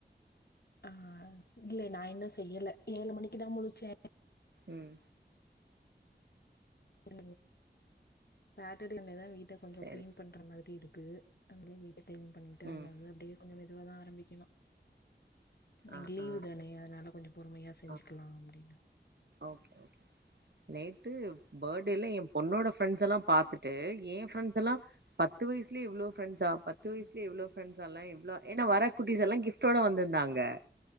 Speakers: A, on the left; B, on the right.
A: ஆ இல்ல நா இன்னு செய்யல ஏழு மணிக்கு தா முழுச்சே
B: ம்
A: <inaudible> சாட்டர்டே அன்டேதா வீட் ட கொஞ்சொ
B: சரி
A: க்ளீன் பண்ற மாதிரி இருக் க்கு <inaudible> <unintelligible> பண்ணிட்டு
B: ம்
A: அந்தது அப்டே கொஞ்சொ மெதுவா தா ஆரம்பிக்கணு இன்னக்கி
B: ஆ
A: லீவு
B: ஆ
A: தானயெ அத்னால கொஞ்சொ பொறுமையா செஞ்சுக்கலா
B: ஆ
A: அப்டின்னு
B: ஓகே ஓகே நேத்து பர்டேல என் பொண்ணோட பிரண்ட்ஸ்ல்லாம் பா்த்துட்டு எ பிரண்ட்ஸ் எல்லா பத்து வயசுலயே இவ்வளவு பிரண்ட்ஸா பத்து வயசல
A: ம்
B: இவ்வளவு பிரண்ட்ஸ் எல்லா இவ்ளோ ஏன்னா வர குட்டிஸ் எல்லா கிஃப்ட்டோட வந்திருந்தாங்க